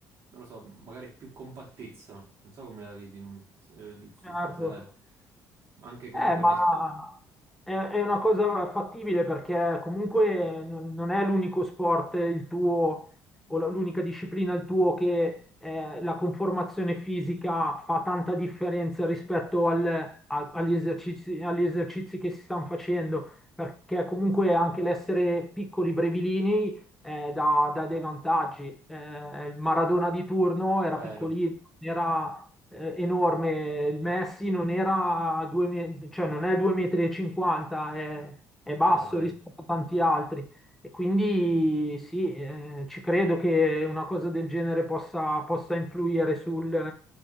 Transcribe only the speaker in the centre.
Certo.
Eh, ma
è, è
una
cosa fattibile perché comunque non non è l'unico sport il tuo o la- l'unica disciplina il tuo che eh, la conformazione fisica fa tanta differenza rispetto al- a- agli esercizi, agli esercizi che si stanno facendo, perché comunque anche l'essere piccoli brevilini eh, dà, dà dei vantaggi. Eh, il Maradona di turno era
piccolino, non era eh, enorme. Il Messi non era due, me- cioè non è 2,50 m, è, è basso
rispetto a tanti altri. E quindi sì, eh, ci credo che una cosa del genere possa, possa influire sul,